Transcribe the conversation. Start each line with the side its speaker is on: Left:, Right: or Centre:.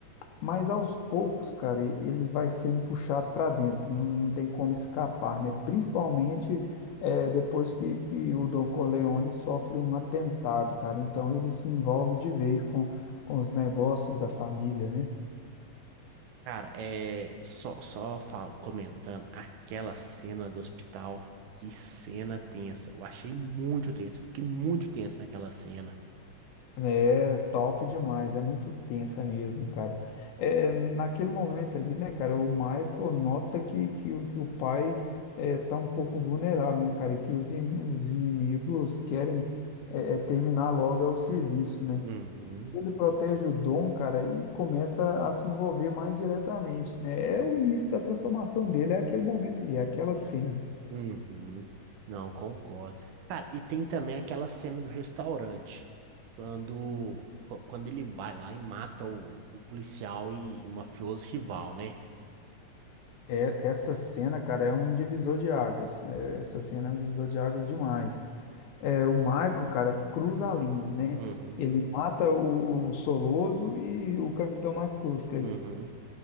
Left: Mas aos poucos, cara, e- ele vai sendo puxado para dentro, não, não tem como escapar, né? Principalmente é, depois que, que o Don Corleone sofre um atentado, cara. Então ele se envolve de vez com, com os negócios da família, né?
Right: Cara, é só, só fal- comentando aquela cena do hospital. Que cena tensa. Eu achei muito tensa. Eu fiquei muito tenso naquela cena.
Left: É top demais, é muito tensa mesmo, cara. É, naquele momento ali, né, cara, o Michael nota que, que, o- que o pai é, tá um pouco vulnerável, né, cara, e que os, in- os inimigos querem é, é, terminar logo é o serviço, né?
Right: Uhum.
Left: Ele protege o Dom, cara, e começa a se envolver mais diretamente, né? É o início da transformação dele, é aquele momento ali, é aquela cena.
Right: Uhum. Não, concordo. Cara, e tem também aquela cena do restaurante, quando, qu- quando ele vai lá e mata o, o policial e, e mafioso rival, né?
Left: É, essa cena, cara, é um divisor de águas. É, essa cena é um divisor de águas demais. É, o Marco, cara, cruza a linha, né?
Right: Uhum,
Left: Ele mata o, o Soloso e o Capitão McCluskey,
Right: uhum,